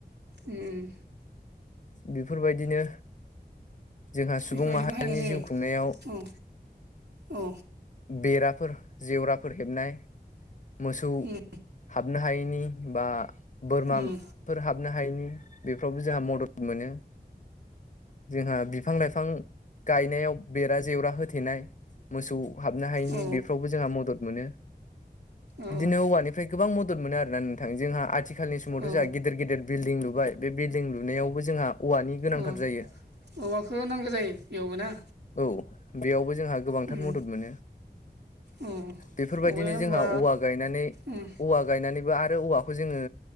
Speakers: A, on the right; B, on the left.
A: उम
B: बेफोरबायदिनो जोंहा सुबुं
A: बेफोरबायदि
B: माहारिनि
A: बाहायनाय जायो
B: जिउ खुंनायाव
A: औ औ
B: बेराफोर जेवराफोर हेबनाय मोसौ
A: उम
B: हाबनो हायैनि बा बोरमाफोर
A: उम
B: हाबनो हायैनि बेफोरावबो जोंहा मदद मोनो। जोंहा बिफां-लाइफां गायनायाव बेरा जेवरा होथेनाय मोसौ हाबनो हायैनि
A: औ
B: बेफ्रावबो जोंहा मदद मोनो
A: औ
B: बिदिनो औवानि फ्राय गोबां मदद मोनो आरोना नोंथां जोंहा आथिखालनि समावथ'
A: औ
B: जोंहा गिदिर गिदिर बिल्डिं लुबाय बे बिल्डिं लुनायावबो जोंहा औवानि गोनांथार
A: औ
B: जायो
A: औवाखौ नांगौ जायो बेयावबो ना
B: औ बेयावबो जोंहा गोबांथार
A: उम
B: मदद मोनो।
A: औ
B: बेफोरबायदिनो
A: औवाया होमबा
B: जोंहा औवा गायनानै
A: उम
B: औवा गायनानैबो आरो औवाखौ जोङो